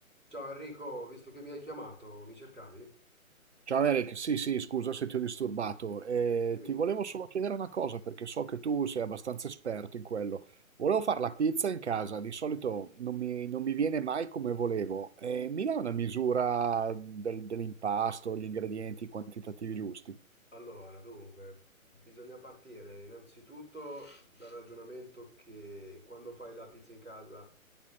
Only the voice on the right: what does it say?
Ciao Eric, sì sì, scusa se ti ho disturbato. Eh,
ti
volevo solo chiedere una cosa perché so che tu sei abbastanza esperto in quello. Volevo fare la pizza in casa, di solito non mi, non mi viene mai come volevo. Eh, mi dai una misura del- dell'impasto, gli ingredienti, i quantitativi giusti?